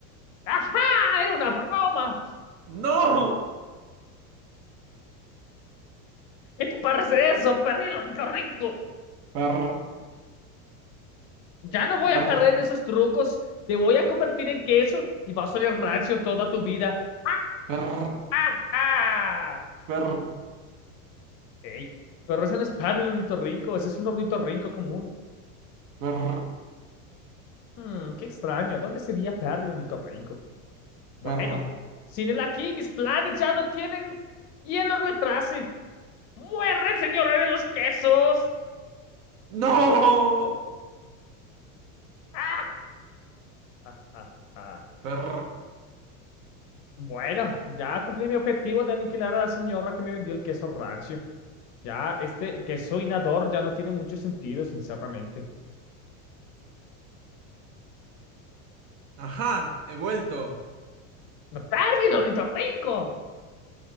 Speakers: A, on the left; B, on the right.
A: ¡Ajá! ¡Era una broma!
B: ¡No!
A: Esto parece eso, perdieron lo rico.
B: Per,
A: Ya no voy
B: per,
A: a caer en esos trucos. Te voy a convertir en queso y vas a oler rancio toda tu vida. <laughs> ¡Ah,
B: per,
A: ah, ah!
B: per,
A: Ey, pero ese no es Perry el ornitorrinco, ese es un ornitorrinco común.
B: per,
A: Hmm, qué extraño, ¿dónde sería Perry el ornitorrinco? Bueno,
B: per.
A: sin él aquí, mis planes ya no tienen y quien los retrase. ¡Muere, señora de los quesos!
B: ¡No!
A: <laughs> ¡Ah! ah, ah, ah.
B: Per.
A: Bueno, ya cumplí mi objetivo de aniquilar a la señora que me vendió el queso rancio. Ya este queso inador ya no tiene mucho sentido, sinceramente.
B: Ajá, he vuelto.
A: ¡Perdido, rico!